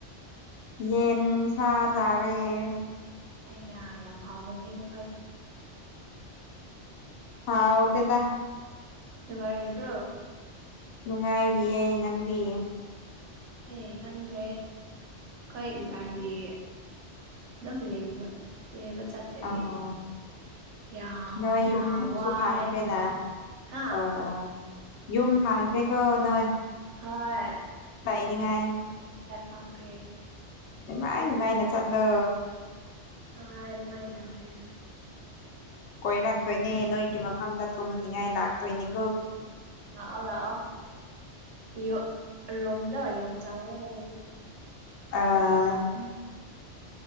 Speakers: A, on the left (about 75°); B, on the right (about 80°).
A: ꯌꯦꯟ ꯁꯥꯒꯒ ꯌꯦꯟ
B: ꯑꯌꯥ ꯌꯥꯝ ꯍꯥꯎꯒꯅꯤꯅꯦ
A: ꯍꯥꯥꯎꯇꯦꯗꯥ
B: ꯅꯨꯡꯉꯥꯏꯔꯤꯕ꯭ꯔꯣ
A: ꯅꯨꯡꯉꯥꯏꯔꯤꯌꯦ ꯅꯪꯗꯤ
B: ꯍ ꯈꯪꯗ꯭ꯔꯦ ꯑꯩꯈꯣꯏ ꯏꯟꯇꯔꯟꯒꯤ ꯑꯗꯨꯝ ꯌꯦꯡꯕ ꯂꯦꯝꯕ ꯆꯠꯄꯒꯤ
A: ꯑꯥ
B: ꯌꯥꯝꯅ
A: ꯅꯣꯏ ꯌꯨꯝꯁꯨ
B: ꯋꯥꯔꯦ
A: ꯐꯪꯈ꯭ꯔꯦꯅ
B: ꯍꯥꯥ
A: ꯑꯥ ꯌꯨꯝ ꯐꯥꯡꯈ꯭ꯔꯦ ꯀꯣ ꯅꯣꯏ
B: ꯍꯣꯏ
A: ꯍꯥꯏꯅꯤꯡꯉꯥꯏ
B: ꯐꯪꯈ꯭ꯔꯦ
A: ꯅꯨꯉꯥꯏ ꯅꯨꯡꯉꯥꯏꯅ ꯆꯠꯂꯣ
B: ꯑ ꯑ ꯑꯗꯨꯃꯥꯏ ꯇꯧꯋꯦ
A: ꯀꯣꯏꯔꯛꯇꯣꯏꯅꯦ ꯅꯣꯏꯒꯤ ꯃꯐꯝꯗ ꯇꯨꯝꯅꯤꯡꯉꯥꯏ ꯂꯥꯛꯇꯣꯏꯅꯤ
B: ꯂꯥꯛꯑꯣ ꯂꯥꯛꯑꯣ ꯌꯣ ꯔꯣꯝꯗꯣ ꯌꯥꯝ ꯆꯥꯎꯔꯣꯏ ꯂꯩ
A: ꯑꯥ
B: ꯍꯣꯏ ꯀꯩ